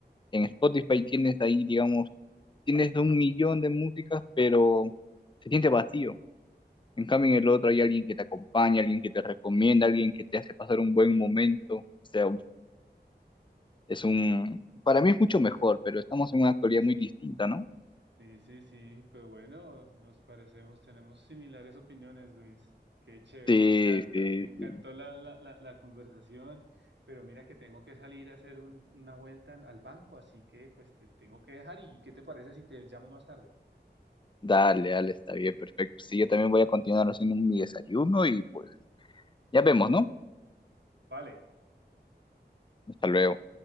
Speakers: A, on the left (about 25°); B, on the right (about 85°).
A: en Spotify tienes ahí, digamos, tienes un millón de músicas, pero se siente vacío En cambio, en el otro hay alguien que te acompaña, alguien que te recomienda, alguien que te hace pasar un buen momento. O sea, es un, para mí es mucho mejor, pero estamos en una actualidad muy distinta, ¿no?
B: Sí, sí, sí, pues bueno, nos parecemos, tenemos similares opiniones, Luis. Qué chévere,
A: Sí,
B: me encanta,
A: sí,
B: me encantó
A: sí.
B: la, la, la, la conversación, pero mira que tengo que salir a hacer un- una vuelta al banco, así que pues te tengo que dejar y ¿qué te parece si te llamo más tarde?
A: Dale, dale, está bien, perfecto. Sí, yo también voy a continuar haciendo mi desayuno y pues ya vemos, ¿no?
B: Vale.
A: Hasta luego.